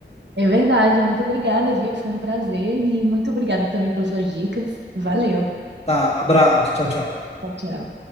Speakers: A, on the right; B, on the left.
A: É verdade. Muito obrigada, viu? Foi um prazer e muito obrigada também pelas suas dicas. Valeu.
B: Tá, abraço. Tchau, tchau.
A: Tchau, tchau.